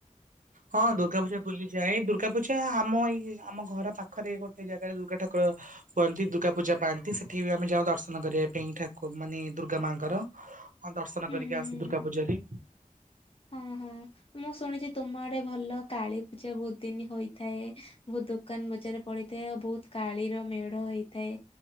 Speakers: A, on the right; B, on the left.
A: ହଁ ଦୁର୍ଗା ପୂଜା ବୁଲିଯାଏ ଦୁର୍ଗା ପୂଜା ଆମ ଏଇ ଆମ ଘର ପାଖରେ ଗୋଟେ ଜାଗାରେ ଦୁର୍ଗା ଠାକୁର ହୁଅନ୍ତି ଦୂର୍ଗା ପୂଜା ପାଆନ୍ତି ସେଠିକି ଆମେ ଯାଉ ଦର୍ଶନ କରିବା ପାଇଁ ଠାକୁ ମାନେ ଦୂର୍ଗା ମାଙ୍କର। ହଁ ଦର୍ଶନ
B: ହୁଁ
A: କରିକି
B: ହୁଁ ହୁଁ
A: ଆସୁ ଦୁର୍ଗା
B: ହୁଁ।
A: ପୂଜାରି।
B: ହଁ ହଁ ମୁଁ ଶୁଣିଛି ତୁମ ଆଡେ ଭଲ କାଳୀ ପୂଜା ବହୁତ ଦିନି ହୋଇଥାଏ। ବହୁତ ଦୋକାନ ବଜାର ପଡିଥାଏ ଆଉ ବହୁତ କାଳିର ମେଢ ହୋଇଥାଏ